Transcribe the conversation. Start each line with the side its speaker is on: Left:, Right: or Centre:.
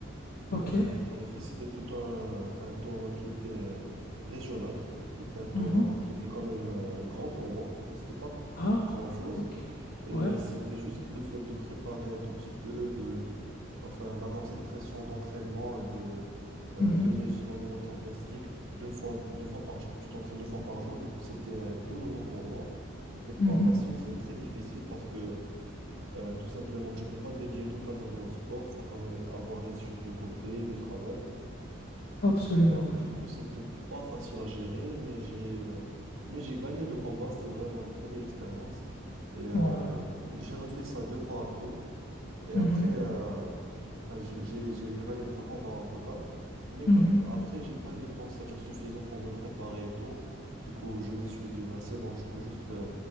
Left: Ok.
Right: Euh, j'en ai fait, c'était plutôt un, un tournoi qui était euh, régional. C'était un tournoi
Left: Mhm.
Right: qui était quand même euh, grand pour moi, mais c'était pas
Left: Ah,
Right: grand-chose.
Left: ok.
Right: Et
Left: Ouais.
Right: c'était juste le fait de préparer un tout petit peu, de, enfin, d'avoir cette pression d'entraînement, et de euh,
Left: Mhm.
Right: de régime alimentaire bien strict, deux fois, deux fois par jour, tu t'entraînes deux fois par jour. Du coup, c'était euh, tout nouveau pour moi. C'était pas
Left: Mhm.
Right: facile, c'était très difficile parce que euh, tout simplement, tu peux pas dédier toute ta journée au sport. Faut quand même avoir les études de côté et de travail.
Left: Absolument,
Right: Euh, du
Left: oui.
Right: coup, c'était pas facile à gérer, mais j'ai euh, mais j'ai gagné le combat. C'était vraiment une très belle expérience. Et euh,
Left: Moi.
Right: j'ai refait ça deux fois après. Et après,
Left: Mhm.
Right: euh, enfin, j'ai j'ai- j'ai- j'ai gagné trois combats au total. Mais
Left: Mhm.
Right: quand même, après, j'ai pas eu le temps, c'est-à-dire suffisant pour me préparer et tout. Du coup, je me suis dit, bah, c'est bon, je peux juste, euh,